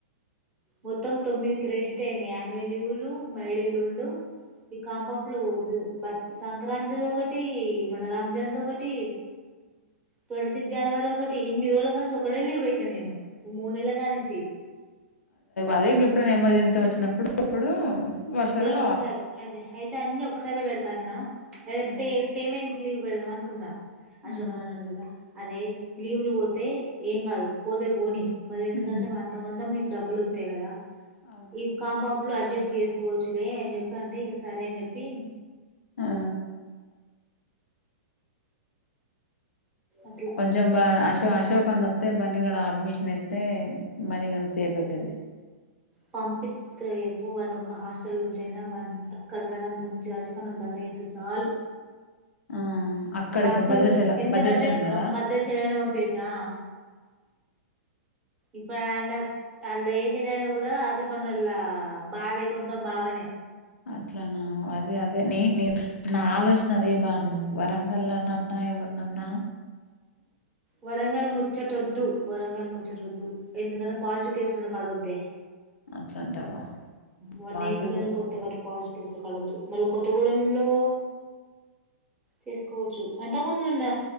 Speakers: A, on the right; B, on the left.
A: మొత్తం తొమ్మిది క్రెడిట్ అయినాయ్ యాన్వల్యూలు మైడేలు రెండు ఇ కాంబా ఫ్లో పోదు <inaudible> బత్ సంక్రాంతిది ఒకటి మనరంజాన్ది ఒకటి తడి జనవరి ఒకటి ఇన్ని రోజుల కంచి ఒకటె లీవ్ పెటిన నేను మూడునెల కానించి
B: అదేకి ఎప్పుడైనా ఎమర్జెన్సీ వచ్చినప్పుడు అప్పుడు వరుసగా
A: మరి ఒక్కసారి అదే అయితే అన్ని ఒకసారి పెడతా అన్న అద
B: హ్మ్.
A: పే పేమెంట్ లీవ్ పెడదామనుకున్నా
B: హ్మ్.
A: అశోక్ అన్నానడుగు కదా అరే లీవులు వోతే ఏం కాదు పోతే పోని
B: హ్మ్.
A: మళ్ళీ ఎందుకంటే
B: హ్మ్.
A: అంత మందం డబ్బులొత్తయి కదా
B: అవును
A: ఈ కాంబ అడ్జస్ట్ చేస్ కోచ్లే ఏం చెప్పంటే ఇగ సరే అని చెప్పి
B: ఆ
A: అట్లా
B: కొంచెం బ అశో అశోక్ అన్నిఒత్తె బన్నీగాడ్ అడ్మిషన్ అయితే బన్నీగన్ సేఫ్ అయితది
A: పంపిత్ ఎప్పువను ఒక హాస్టల్ ఉంచయినా వన్ ఎక్కడికైనా మంచి అశోక్ అన్నకు దంటా చెత్తే సాల్
B: ఆ అక్కడికి
A: బస్సు
B: భద్రాచలం
A: ఎంతకంటే
B: భద్రాచలం కదా
A: భద్రచలమైనా పంపియోచ్చు ఆ ఇప్పుడు ఆయన ఆళ్ల చేశేటయినా కూడా అశోక్ అన్నోళ్ల బావే సొంతం బావనే
B: అట్లానా అదే అదే నీ నేను నా ఆలోచన అదే బాను వరంగల్లానన్నా ఎవర్నన్న
A: వరంగల్ ముచ్చటొద్దు వరంగల్ ముచ్చటొద్దు ఎందుకన్నా పాజిటివ్ కేసులున్న కాడొద్దే
B: అట్లా అంటావా
A: వాడ్నేచుకునే
B: వాళ్ళు చూపిస్తు
A: కొత్తగావటి పాస్ కేసులుకాడొద్దు మళ్ళ కొత్తగూడెంలో చేసుకోవచ్చు అంత ముందు ఉన్న